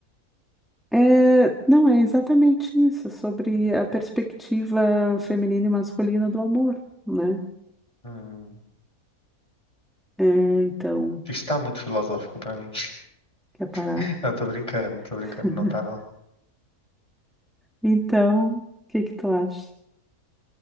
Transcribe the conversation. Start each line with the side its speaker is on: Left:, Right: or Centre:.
Centre: É, não, é exatamente isso, é sobre a perspectiva feminina e masculina do amor, né?
Left: Hum.
Centre: É, então,
Left: Isso tá muito filosófico pra mim.
Centre: quer parar?
Left: <laughs> Não, tô brincando, tô
Centre: <laughs>
Left: brincando, não tá não.
Centre: Então, o que que tu acha?